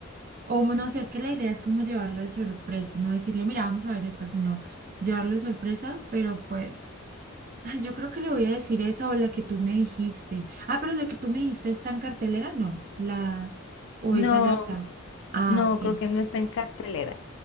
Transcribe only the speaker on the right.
O no sé, es que la idea es como llevarlo de sorpresa, no decirle, mira, vamos a ver esta, sino llevarlo de sorpresa, pero pues, ay, yo creo que le voy a decir esa o la que tú me dijiste. Ah, pero la que tú me dijiste está en cartelera, no, la, o
esa ya está. Ah,
ok.